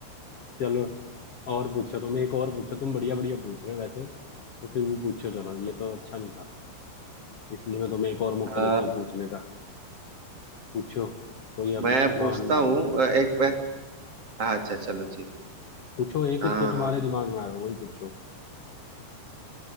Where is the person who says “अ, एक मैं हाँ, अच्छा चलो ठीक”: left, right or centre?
Right